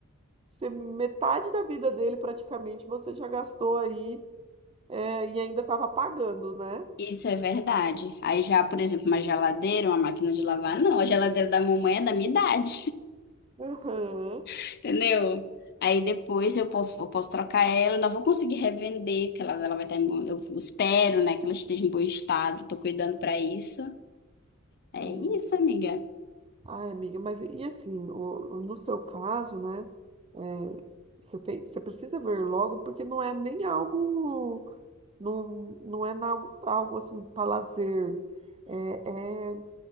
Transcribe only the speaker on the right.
você, metade da vida dele praticamente você já gastou aí, é, e ainda estava pagando, né?
Aham.
Sim,
sim.
Ai, amiga, mas e assim, o, o- no seu caso, né, é, você tem, você precisa ver logo, porque não é nem algo, não, não é na- algo assim para lazer, é, é